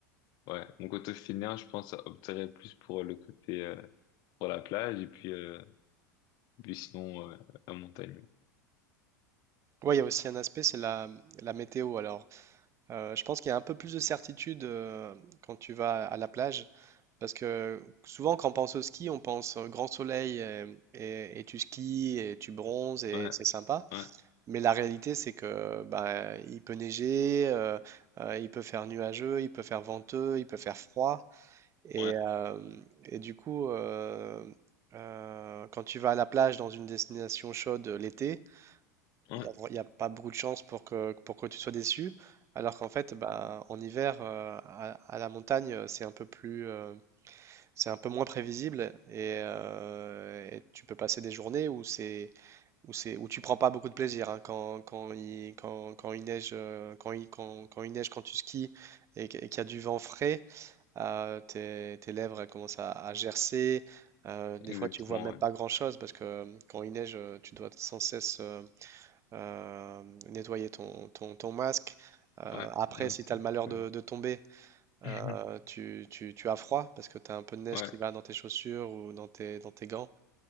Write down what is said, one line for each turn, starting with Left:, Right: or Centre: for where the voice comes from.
Left: ouais, mon côté finir, je pense opterait plus pour le côté euh, pour la plage et puis euh, puis sinon euh, la montagne.
Right: Oui, il y a aussi un aspect, c'est la, la météo. Alors, euh, je pense qu'il y a un peu plus de certitude euh, quand tu vas à la plage, parce que souvent, quand on pense au ski, on pense euh, grand soleil euh, et, et tu skis et tu bronzes et
Left: Ouais,
Right: c'est sympa.
Left: ouais,
Right: Mais la réalité, c'est que bah, il peut neiger, euh, euh, il peut faire nuageux, il peut faire venteux, il peut faire froid. Et,
Left: ouais,
Right: euh, et du coup, euh, euh, quand tu vas à la plage dans une destination chaude euh, l'été,
Left: ouais,
Right: il n'y a, pas beaucoup de chances pour que, pour que tu sois déçu. Alors qu'en fait, bah, en hiver, euh, à, à la montagne, euh, c'est un peu plus, euh, c'est un peu moins prévisible et, euh, et tu peux passer des journées où c'est, où c'est, où tu prends pas beaucoup de plaisir. hein. quand, quand il, quand, quand il neige, euh, quand il, quand, quand il neige, quand tu skis et, qu'- et qu'il y a du vent frais, euh, tes, tes lèvres elles commencent à, à gercer. Euh, des
Left: exactement.
Right: fois, tu vois même
Left: ouais.
Right: pas grand-chose parce que euh, quand il neige, euh, tu dois sans cesse euh, euh, nettoyer ton, ton- ton masque. Euh,
Left: Ouais,
Right: après,
Left: non,
Right: si
Left: c'est-
Right: tu as le malheur
Left: c'est-
Right: de, de tomber, euh,
Left: <laughs>
Right: tu, tu- tu as froid parce que tu as un peu de neige
Left: ouais,
Right: qui va dans tes chaussures ou dans tes, dans tes gants.